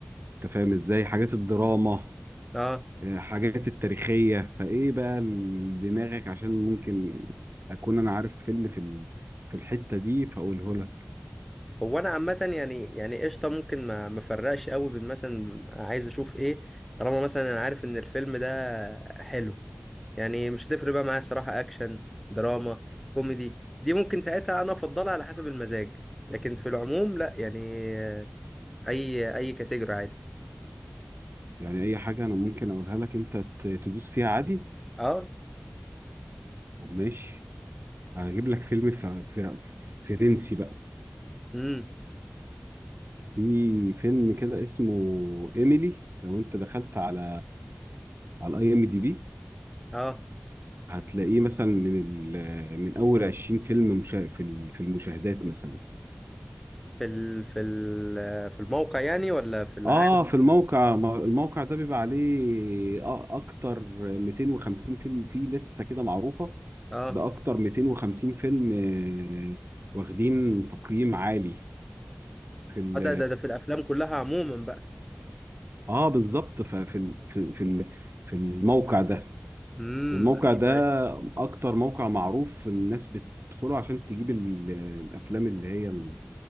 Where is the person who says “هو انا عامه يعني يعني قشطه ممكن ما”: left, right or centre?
Centre